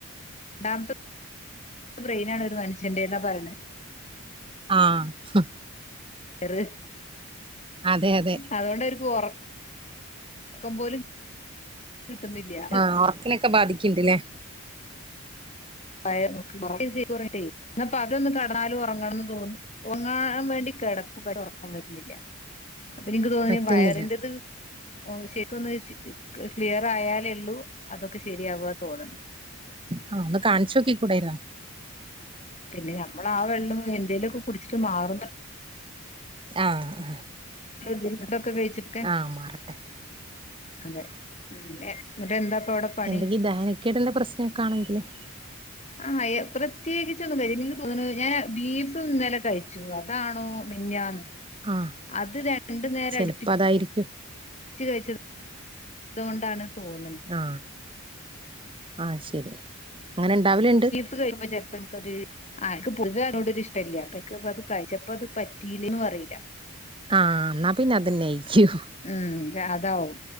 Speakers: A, on the left; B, on the right.
A: ണ്ടാമ്ത്ത് <unintelligible> ബ്രെയ്നാണ് ഒര് മനുഷ്യന്റെന്നാ പറയണെ
B: ആഹ്
A: ഇറ്
B: അതെ അതെ
A: അതുകൊണ്ട് ഒ <unintelligible> ർ ഒറക്കം പോലും- കിട്ടുന്നില്ലിയ
B: ആഹ് വർക്കിലൊക്കെ ബാധിക്ക്ണ്ട് ഇല്ലേ
A: പയെ മറ്റെ <unintelligible> ചേക്കൊറങ്ങീട്ടേ ഇന്നാപ്പ അതൊന്ന് കണ്ടാലും ഒറങ്ങണന്ന് തോന്നു ഒറങ്ങാൻ വേണ്ടി കെടക്കും പക്ഷെ ഒറക്കം വെരണില്ല അപ്പ എനിക്ക് തോന്നിനെ
B: പറ്റുന്നില്ല
A: വയറിന്റത് ഓ ശരിക്ക് ഒന്ന് ക്ലിയറായാലേയുള്ളൂ അതൊക്കെ ശരിയാവു തോന്നണ്
B: ആഹ് ഒന്ന് കാണിച്ചു നോക്കി കൂടാരുന്നോ
A: പിന്നെ ഞമ്മളാ വെള്ളോ എന്തേലോക്കെ കുടിച്ചിട്ട് മാറുന്ന്
B: ആഹ്
A: തൊ <unintelligible> ക്കെ കഴിച്ചിട്ടക്കെ
B: ആഹ് മാറട്ടെ
A: അതെ ഉം എന്നിട്ട് എന്താ ഇപ്പൊ അവിടെ പണി
B: എന്തെങ്കി ദഹനക്കെടിന്റെ പ്രശ്നൊക്കെ ആണെങ്കില്-
A: ആഹ് പ്രത്യേകിച് ഒന്നും കഴിചില്ല എനിക്ക് തോനുണു ഞാൻ ബീഫ് ഇന്നലെ കഴിച്ചു അതാണോ മിനിഞ്ഞാന്ന്
B: ആഹ്
A: അത് രണ്ടു നേരം
B: ചെലപ്പോ
A: അടുപ്പിച്ച് -
B: അതായിരിക്കും
A: ഇച്ചിരി കഴിച്ചത് അതുകൊണ്ടാണ് തോന്നുന്നത്
B: ആഹ് ആ ശരി അങ്ങനെ ഉണ്ടാവല് ഉണ്ട്
A: കഴുമ്പ ചർത്ത <unintelligible> ൻ കറി ആ എനിക്ക്‌ പൊതുവെ അതിനോട് ഒരു ഇഷ്ട്ടാവില്ലിയ അപ്പൊ അത് കഴിച്ചപ്പ അത് പറ്റിയില്ലേന്നും അറിയില്ല
B: ആഹ് എന്നാ പിന്നെ അത് തന്നെ ആയിരിക്കും
A: ഉം അതാവും